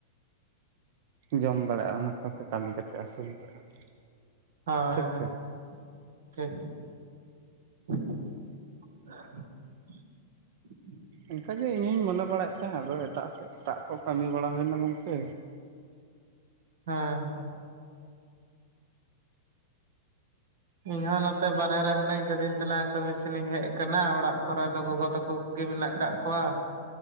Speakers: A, on the right; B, on the right.
A: ᱡᱚᱢ ᱫᱟᱲᱮᱭᱟᱜᱼᱟ ᱚᱱᱟ ᱠᱟᱛᱮ ᱠᱟᱹᱢᱤ ᱠᱟᱛᱮ ᱟᱹᱥᱩᱞ ᱫᱟᱲᱮᱭᱟᱜᱼᱟ
B: ᱦᱳᱭ
A: ᱴᱷᱤᱠᱥᱮ
B: ᱦᱳᱭ ᱴᱷᱤᱠ <unintelligible>
A: ᱤᱱᱠᱟᱜᱮ ᱤᱧᱦᱩᱧ ᱢᱚᱱᱮ ᱵᱟᱲᱟᱭᱮᱫ ᱛᱟᱦᱮᱸᱫ ᱟᱫᱚ ᱮᱴᱟᱜ ᱥᱮᱫ ᱮᱴᱟᱜ ᱠᱚ ᱠᱟᱹᱢᱤ ᱵᱟᱲᱟ ᱦᱩᱭᱱᱟ ᱜᱚᱝᱠᱮ
B: ᱦᱮᱻ ᱤᱧ ᱦᱚᱸ ᱱᱚᱛᱮ ᱵᱟᱨᱦᱮ ᱨᱮ ᱢᱤᱱᱟᱹᱧ ᱠᱟᱹᱫᱤᱧ ᱛᱞᱟᱮ ᱠᱟᱹᱢᱤᱥᱮᱱᱤᱧ ᱦᱮᱡ ᱟᱠᱟᱱᱟ ᱚᱲᱟᱜ ᱠᱚᱨᱮ ᱫᱚ ᱜᱚᱜᱚ ᱛᱟᱠᱚ ᱜᱮ ᱢᱮᱱᱟᱜ ᱠᱟᱜ ᱠᱚᱣᱟ